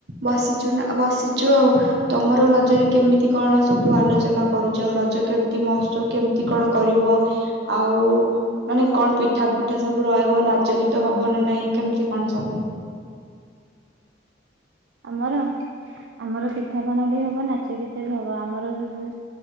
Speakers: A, on the right; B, on the right.
A: ବସିଛୁ ନା ବସିଛୁ ଆଉ। ତମର ରଜରେ କେମିତି କଣ ସବୁ ଆଲୋଚନା କରୁଛ ରଜ କେମତି ମଉତ୍ସବ କେମିତି କଣ କରିବ। ଆଉ ମାନେ କଣ ପିଟ୍ ପିଠା ପିଠା ସବୁ ରହିବ ନାଚ ଗୀତ ହବ ନା ନାଇଁ କେମିତି କଣ ସବୁ।
B: ଆମର ଆମର ପିଠାପନା ବି ହବ ନାଚ ଗିତ ବି ହବ ଆମର ସବୁ